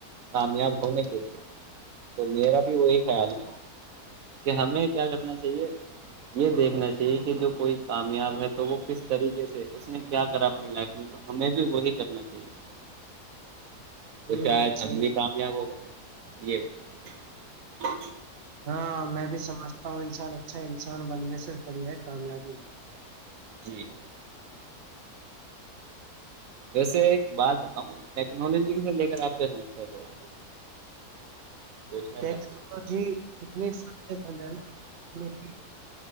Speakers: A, on the right; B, on the right.
A: کامیاب ہونے کے لیے تو میرا بھی وہی خیال ہے کہ ہمیں کیا کرنا چاہیے یہ دیکھنا چاہیے کہ جو کوئی کامیاب ہے تو وہ کس طریقے سے اس نے کیا کرا اپنی لائف میں تو ہمیں بھی وہی کرنا چاہیے تو
B: ہوں
A: شاید ہم
B: صحیح
A: بھی
B: بات
A: کامیاب ہو جائیں ی <inaudible> ہ <inaudible>
B: ہاں میں بھی سمج انسان اچھا انسان بننے سے پڑیا ہے کامیابی ہو
A: جی ویسے ایک بات بتاؤں ٹیکنالوجی سے لے کر آپ کیا سمجھتے ہیں تھوڑا پوچھنا
B: ٹیکنالوجی
A: چاہتے
B: جتنی فائدے مند ہے نا اتنے ہی